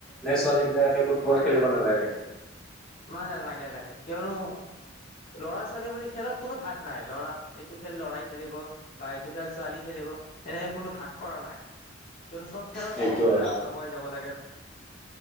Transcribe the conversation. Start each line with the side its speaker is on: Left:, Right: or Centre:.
Centre: নে ছোৱালী এইলাকে ফুটবল
Left: লাগে
Centre: খেলিব
Left: লাগে
Centre: নালাগে
Left: নাই নাই লাগে লাগে কিয়নো ল'ৰা ছোৱালী বুলি খেলত কোনো ভাগ নাই লৰা এইটো খেল লৰাই খেলিব বা এইটো খেল ছোৱালী খেলিব তেনেকে কোনো ভাগ কৰা নাই কিয়নো চব খেলত
Centre: সেইটো
Left: সকলোৱে
Centre: হয়
Left: আগুৱাই যাব লাগে